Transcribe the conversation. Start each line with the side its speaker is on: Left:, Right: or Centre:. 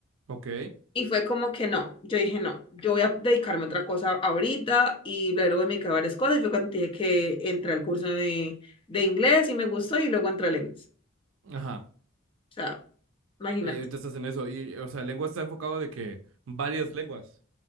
Right: ok,
Left: Y fue como que no, yo dije no, yo voy a dedicarme a otra cosa ahorita y bla, luego me dediqué a varias cosas y fue cuando te dije que entré al curso de, de inglés y me gustó y luego entré al inglés.
Right: ajá.
Left: O sea, imagínate.
Right: Eh, ahorita estás en eso. Y, o sea, lengua está enfocado de que varias lenguas.